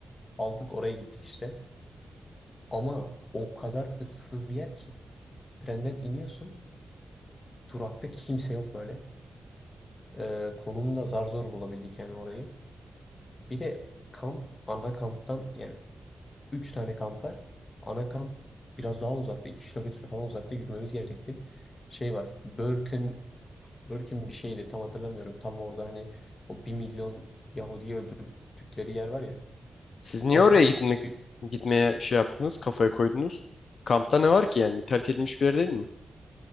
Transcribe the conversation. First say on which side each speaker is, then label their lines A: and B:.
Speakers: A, on the left; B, on the left.
A: Aldık oraya gittik işte. Ama o kadar ıssız bir yer ki. Trenden iniyorsun. Durakta kimse yok böyle. Ee, konumu zar zor bulabildik yani orayı. Bir de kamp ana kamptan yani Üç tane kamp var. Ana kamp biraz daha uzakta. 2 kilometre falan uzakta yürümemiz gerekti. Şey var. Börkün, Börkün bir şeydi. Tam hatırlamıyorum. Tam orada hani o bir milyon Yahudi'yi öldürdükleri yer var ya.
B: Siz niye
A: O
B: oraya
A: kamp
B: gitmek
A: bir,
B: gitmeye şey yaptınız, kafaya koydunuz? Kampta ne var ki yani? Terk edilmiş bir yer değil mi?